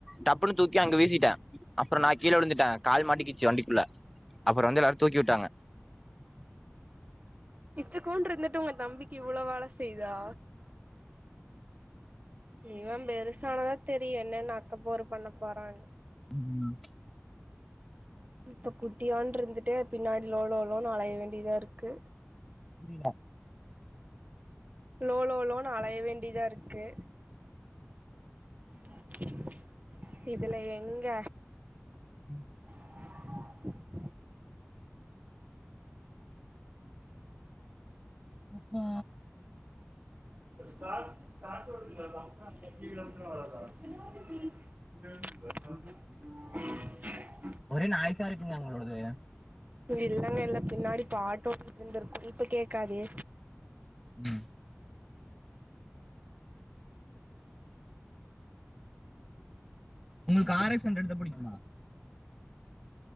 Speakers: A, in the centre; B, on the right.
A: டப்புனு தூக்கி அங்க வீசிட்டே அப்பற நா கீழே விழுந்துட்ட கால் மாட்டக்குச்சு வண்டிக்குள்ள அப்பற வந்து எல்லாரு தூக்கி விட்டாங்க
B: இத்துக்கூண்டு இருந்துட்டு உங்க தம்பி க்கி இவ்ளோ வேல செய் தா இவம் பெருசானதா தெரியு என்னன்ன அக்கப்போரு பண்ண போறான்னு
A: உம்
B: இப்ப குட்டியான்டு இருந்துட்டே பின்னாடி லோலோ லோன்னு அலைய வேண்டியதா இருக்கு
A: புரியல
B: லோலோ லோனூ அலைய வேண்டியதா இருக்கு <inaudible> இதுல எங்க
A: உம்
B: <inaudible>
A: அப்போ
B: ்ட வ என்
A: ஒரே நாய்ஸா இருக்குங்க உங்களோடது
B: இல்லங்க இல்ல பின்னாடி பாட்டோடிட்டு இருந்துருக்கு இப்ப கேக்காதே
A: ம் உங்களுக்கு ஆர் எக்ஸ் ஹன்ட்ரடு தா புடிக்குமா